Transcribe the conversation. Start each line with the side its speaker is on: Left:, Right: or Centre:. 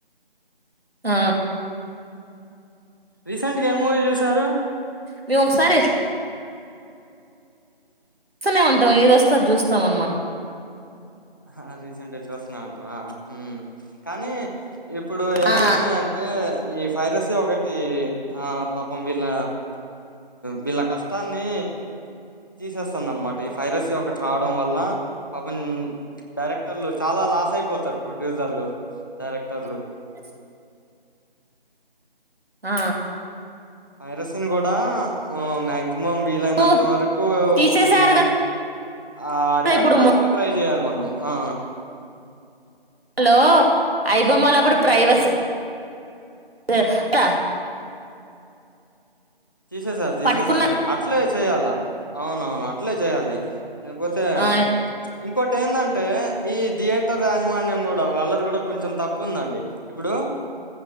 Right: ఆ
Left: రీసెంట్ గా ఏం మూవీ చూశారు
Right: మీ ఒకసారి స్తనే ఉంటాం ఏదొస్తె అది చూస్తాం అన్నమాట
Left: హా రీసెంట్గ చూస్తున్నాండి అ ఉమ్ కానీ ఇప్పుడు ఏమైతున్నయి
Right: ఆ
Left: అంటే ఈ ఫైరసీ ఒకటి ఆ పాపం వీళ్ళ వీళ్ళ కష్టాన్ని తీసేస్తుంది అనమాట ఈ ఫైరసీ ఒకటి రావడం వల్ల పాపం డైరెక్టర్లు చాలా లాస్ అయిపోతారు ప్రొడ్యూసర్లు
Right: <unintelligible>
Left: డైరెక్టర్లు
Right: ఆ
Left: వైరసన్ కూడా మ్యాగ్ మం వీలైనంత
Right: ఓ
Left: వరకు
Right: తీసేసారు
Left: ఉమ్ ఆ
Right: కదా
Left: అరికట్టడానికే
Right: ఇప్పుడు
Left: ట్రై చేయాలి మనం ఆ
Right: హలో ఐబొమ్మలప్పుడు ప్రైవస్ ర్ త
Left: తీసేసారు తీసేసారు
Right: పట్టుకున్న
Left: అట్లే చెయాలా అవునవును అట్లే చేయాలి నపోతే
Right: ఆ
Left: ఇంకోటెందంటే ఈ థియేటర్ యాజమాన్యం కూడా వాళ్ళది కూడా కొంచం తప్పు ఉందండి ఇప్పుడు